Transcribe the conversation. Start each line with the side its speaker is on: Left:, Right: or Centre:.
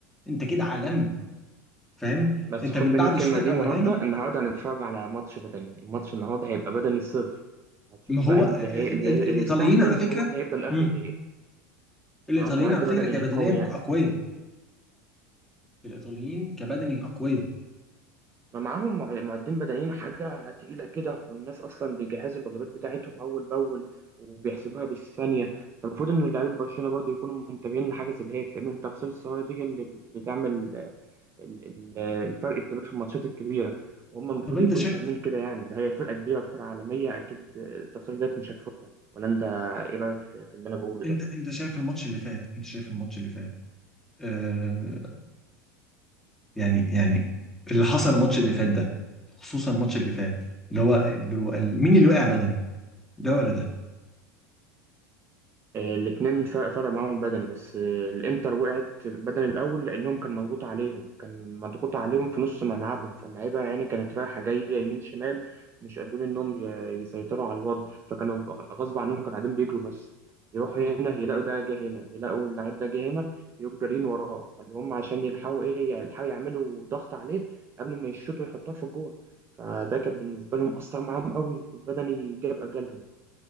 Centre: انت كده عالمي فاهم
Right: بس
Centre: انت
Right: خد
Centre: من
Right: مني
Centre: بعد
Right: الكلمة
Centre: الشوط الاولاني
Right: دي النهاردة النهاردة هنتفرج على ماتش بدني الماتش النهاردة هيبقى بدني الصرف هتشوف
Centre: ما هو
Right: بقى اللي
Centre: ال-
Right: هي اللي هي-
Centre: ال-
Right: اللي
Centre: الايطاليين
Right: يستحمل
Centre: على فكره
Right: هو اللي هيفضل آخر
Centre: مم.
Right: دقيقة
Centre: الايطاليين
Right: معاهم معد
Centre: على
Right: بدني
Centre: فكره كبدنيا
Right: قوي يعني
Centre: اقوياء الايطاليين كبدني اقوياء
Right: ما معاهم مع- معدين بدنيين حاجة تقيلة كده والناس أصلا بيجهزوا الوجبات بتاعتهم أول بأول وبيحسبوها بالثانية فالمفروض إن لعيبة برشلونة برضه يكونوا منتبهين لحاجة زي ديت لأن التفاصيل الصغيرة دي هي اللي بت- بتعمل ال- ال- الفرق الكبير في الماتشات الكبيره وهم المفروض
Centre: طب انت
Right: يكونوا
Centre: شايف
Right: فاهمين كده يعني ده هي فرقه كبيره فرقه عالميه اكيد التصريح ده مش هتفوتها ولا انت ايه رايك في في اللي انا بقوله
Centre: انت
Right: ده
Centre: انت شايف الماتش اللي فات انت شايف الماتش اللي فات آه، يعني يعني اللي حصل الماتش اللي فات ده خصوصا الماتش اللي فات اللي هو اللي هو ال- مين اللي وقع بدني ده ولا ده
Right: الاثنين فرق فرق معاهم بدني بس آه، الانتر وقعت بدني الاول لانهم كان مضغوط عليهم كان مضغوط عليهم في نص ملعبهم فاللعيبه يعني كانت رايحه جايه يمين شمال مش قادرين انهم ي- يسيطروا على الوضع فكانوا غصب عنهم كانوا قاعدين بيجروا بس يروحوا هنا يلاقوا ده جه هنا يلاقوا اللعيب ده جه هنا يقوم جارين وراه فاللي هم عشان يلحقوا ايه يعني يلحقوا يعملوا ضغط عليه قبل ما يشوطوا يحطوها في الجول فده كان بالنسبه لهم اثر معاهم قوي والبدني جاب اجلهم